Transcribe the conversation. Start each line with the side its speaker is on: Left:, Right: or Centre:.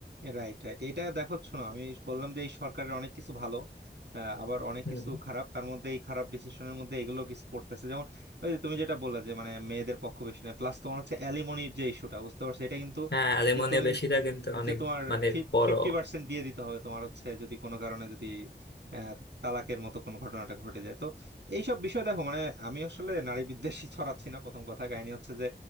Right: Right right এটা দেখো শোনো আমি বললাম যে এই সরকারের অনেক কিছু ভালো আহ, আবার অনেক
Left: হম
Right: কিছু খারাপ তার মধ্যে এই খারাপ ডিসিশনের মধ্যে এগুলো কিছু পড়তেছে যেমন ওই যে তুমি যেটা বললা যে মানে মেয়েদের পক্ষ বেশি না প্লাস তোমার হচ্ছে অ্যালিমনির যে ইস্যুটা বুঝতে পারছো এটা কিন্তু
Left: হ্যাঁ অ্যালুমিনিয়াম
Right: যে তুমি
Left: বেশিটা কিন্তু অনেক
Right: যে তোমার
Left: মানে বড়
Right: ফিফটি পার্সেন্ট দিয়ে দিতে হবে তোমার হচ্ছে যদি কোনো কারণে যদি আহ, তালাকের মতো কোনো ঘটনাটা ঘটে যায় তো এইসব বিষয় দেখো মানে আমি আসলে নারী বিদ্বেষী ছড়াচ্ছি না প্রথম কথা কাহিনী হচ্ছে যে